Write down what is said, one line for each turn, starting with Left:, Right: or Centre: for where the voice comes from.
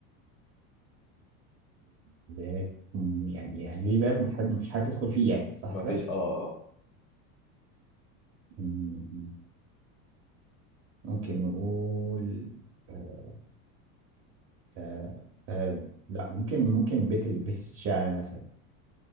Right: باب يعني يعني ليه باب محد- مفيش حد يدخل فيه يعني صح
Left: ما
Right: كده
Left: فيش اه آه.
Right: مم. ممكن نقول آه، آه آه لا ممكن ممكن بيت ال... بيت الشعر مثلا